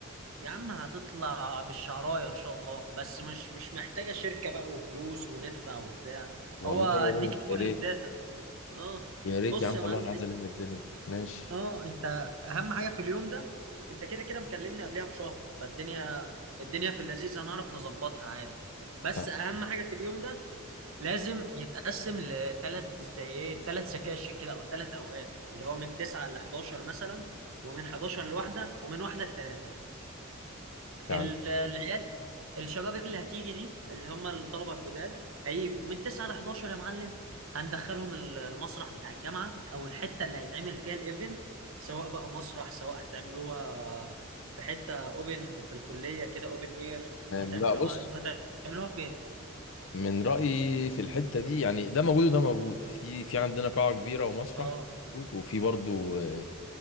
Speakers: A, on the right; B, on the left.
A: يا عم هتطلع بالشعراية إن شاء الله بس مش مش محتاجة شركة بقى وفلوس وندفع وبتاع
B: والله
A: هو هديك
B: يا ريت
A: كل
B: يا ريت
A: الداتا اه
B: يا ريت
A: بص
B: يا عم
A: يا معلم
B: والله انا عايز الم الدنيا ماشي
A: اه انت اهم حاجة في اليوم ده انت كده كده مكلمني قبلها بشهر فالدنيا الدنيا في اللذيذ هنعرف نظبطها عادي بس
B: تمام
A: اهم حاجة في اليوم ده لازم يتقسم لثلاث زي ايه ثلاث سكاشن كده او ثلاث اوقات اللي هو من 9 ل 11 مثلا ومن 11 لواحدة ومن واحدة لثلاثة ال-
B: يا عم
A: العيال الشباب اللي هتيجي دي اللي هم الطلبه الجداد هيجوا من 9 ل 11 يا معلم هندخلهم ال- المسرح بتاع الجامعه او الحته اللي هيتعمل فيها الايفنت سواء بقى مسرح سواء هتعملوها في حته اوبن في الكليه كده اوبن اير
B: تمام.
A: هتعملوها
B: لا بص
A: انتوا هتعملوها فين؟
B: من رأيي في الحتة دي يعني ده موجود وده موجود في في عندنا قاعة كبيرة ومسرح
A: اه
B: موجود وفي برضو آه،